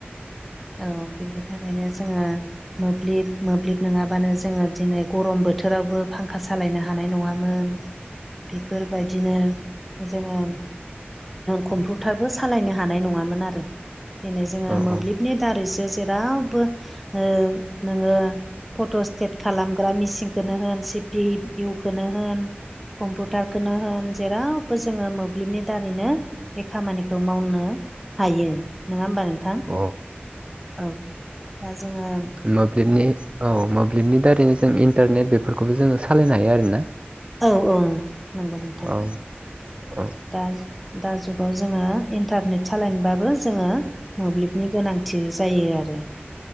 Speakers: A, in the centre; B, on the right.
A: औ बेनि बिनि थाखायनो जोङो मोब्लिब मोब्लिब नोङाबानो जोङो दिनै गरम बोथोरावबो फांखा सालायनो हानाय नङामोन बेफोरबायदिनो जोङो कम्पिउटारबो सालायनो हानाय नङामोन आरो दिनै जोङो
B: औ
A: मोब्लिब नि दारैसो जेरावबो ओ नोङो फट' सटेट खालामग्रा मिेचनखौनो होन सिपि इउखौनो होन कम्पिउटारखौनो होन जेरावबो जोङो मोब्लिबनि दारैनो बे खामानिखौ मावनो हायो नङा होमबा नोंथां
B: औ
A: औ दा जोङो
B: मोब्लिबनि औ मोब्लिबनि दारैनो जों इन्टारनेट बेफोरखौबो जोङो सालायनो हायो आरोना
A: औ औ नंगौ नोंथां
B: औ औ
A: दा दा जुगाव जोङो इन्टारनेट सालायनोबाबो जोङो मोब्लिबनि गोनांथि जायो आरो